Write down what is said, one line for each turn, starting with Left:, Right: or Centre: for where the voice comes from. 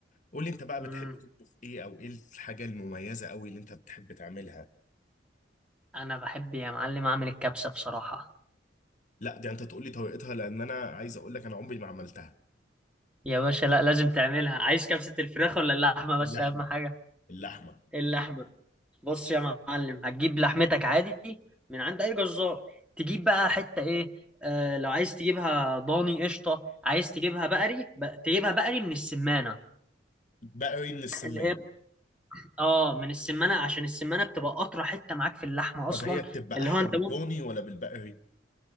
Left: قول لي انت بقى
Centre: امم
Left: بتحب تطبخ ايه او ايه الحاجة المميزة قوي اللي انت بتحب تعملها
Centre: انا بحب يا معلم اعمل الكبسه بصراحه
Left: لا دي انت تقول لي طريقتها لان انا عايز اقول لك انا عمري ما عملتها
Centre: يا باشا لا لازم تعملها عايز كبسه الفراخ ولا اللحمه بس
Left: اللحمة
Centre: اهم حاجه
Left: اللحمة
Centre: اللحمه بص يا معلم هتجيب لحمتك عادي من عند اي جزار تجيب بقى حته ايه آه لو عايز تجيبها ضاني قشطه عايز تجيبها بقري ب... تجيبها بقري من السمانه
Left: بقري من السمانة
Centre: اللي هي اه من السمانه عشان السمانه بتبقى قطره حته معاك في اللحمه
Left: طب
Centre: اصلا
Left: هي بتبقى
Centre: اللي
Left: احلى
Centre: هو انت
Left: بالضاني ولا بالبقري